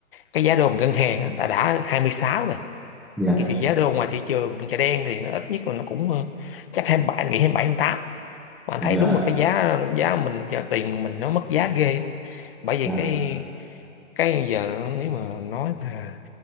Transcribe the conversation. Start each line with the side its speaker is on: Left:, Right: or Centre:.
Left: cái giá đô mà ngân hàng á, đã đã 26
Centre: dạ
Left: thì, thì giá đô ngoài thị trường chợ đen thì nó ít nhất là nó cũng ờ, chắc 27 anh nghĩ 27 28 mà anh
Centre: dạ
Left: thấy đúng là cái giá giá mình giờ tiền mình nó mất giá ghê á. bởi vì
Centre: à,
Left: cái cái giờ nếu mà nói mà